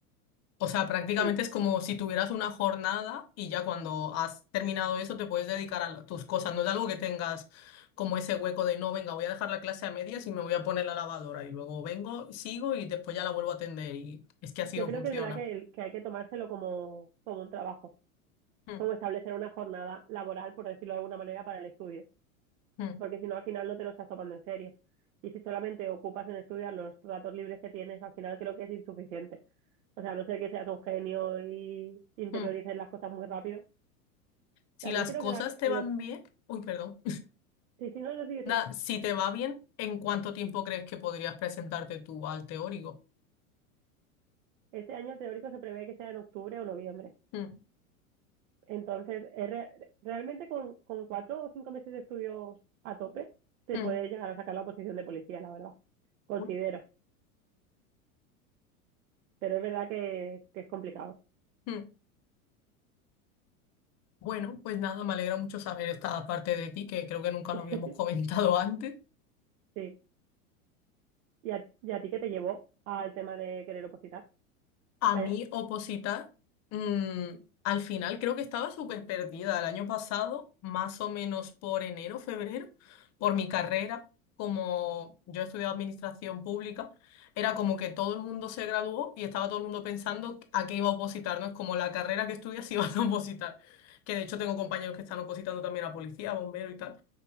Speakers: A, on the left (about 35°); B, on the right (about 65°).
A: O sea, prácticamente
B: Sí,
A: es como si tuvieras una jornada y ya cuando has terminado eso te puedes dedicar a la- tus cosas. No es algo que tengas como ese hueco de no, venga, voy a dejar la clase a medias y me voy a poner la lavadora y luego vengo, sigo y después ya la vuelvo a atender. Y es que así
B: yo
A: no
B: creo
A: funciona.
B: que es verdad que, el- que hay que tomárselo como, como un trabajo,
A: Mm,
B: como establecer una jornada laboral, por decirlo de alguna manera, para el estudio.
A: mm,
B: porque si no al final no te lo estás tomando en serio. Y si solamente ocupas en estudiar los ratos libres que tienes, al final creo que es insuficiente. O sea, a no sé que seas un genio y interiorices
A: mm.
B: las cosas muy rápido.
A: Si
B: También
A: las
B: creo
A: cosas
B: que la,
A: te
B: lo,
A: van bien, uy, perdón.
B: sí, sí, no, no, sí, sí.
A: Nada, si te va bien, ¿en cuánto tiempo crees que podrías presentarte tú al teórico?
B: Este año el teórico se prevé que sea en octubre o noviembre.
A: Mm,
B: Entonces, es re- realmente con, con cuatro o cinco meses de estudios a tope, te
A: mm,
B: puedes llegar a sacar la oposición de policía, la verdad. Considero.
A: uy,
B: Pero es verdad que, que es complicado.
A: mm. Bueno, pues nada, me alegra mucho saber esta parte de ti, que creo que nunca
B: <laughs>
A: lo habíamos comentado <laughs> antes.
B: Sí. ¿Y a, y a ti qué te llevó al tema de querer opositar?
A: A
B: Allá.
A: mí opositar, mm, al final creo que estaba súper perdida el año pasado, más o menos por enero, febrero, por mi carrera, como yo he estudiado administración pública, era como que todo el mundo se graduó y estaba todo el mundo pensando a qué iba a opositar, no es como la carrera que estudias <laughs> si vas a opositar, que de hecho tengo compañeros que están opositando también a policía, bombero y tal.